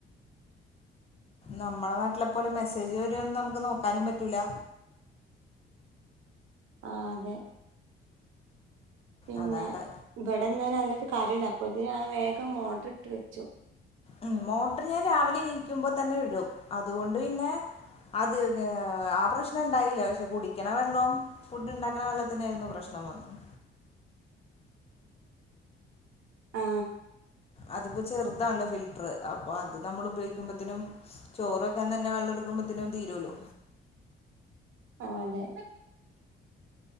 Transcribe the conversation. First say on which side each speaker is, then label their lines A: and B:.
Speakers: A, on the left; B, on the right.
A: നമ്മളെ നാട്ടിലെ പോലെ മെസ്സേജ് വരുംന്ന് നമുക്ക് നോക്കാനും പറ്റൂലാ
B: ആ അതെ പിന്നെ
A: അതാണ്ട്
B: ഇവിടെന്നും നല്ലോരു കാര്യമില്ല അപ്പൊത്തിനു വേഗം മോട്ടർ ഇട്ട് വെച്ചു
A: ഉം മോട്ടറ് ഞാൻ രാവിലെ എണീക്കുമ്പോ തന്നെ ഇടും അതുകൊണ്ട് പിന്നെ അത് അതെ ആ പ്രശ്നം ഉണ്ടായില്ല പക്ഷേ കുടിക്കണ വെള്ളവും ഫുഡ് ഇണ്ടാക്ക്ണ വെള്ളത്തിനായിരുന്നു പ്രശ്നം വന്നത്
B: ആ
A: അത്പ്പൊ ചെറുതാണല്ലൊ ഫിൽട്ടർ അപ്പൊ അത് നമ്മൾ ഉപയോഗി ക്കുംമ്പത്തിനും ചോറ് വെക്കാൻ തന്നെ വെള്ളം എടുക്കുമ്പോത്തിനും തീരൂല്ലോ
B: ആ അതെ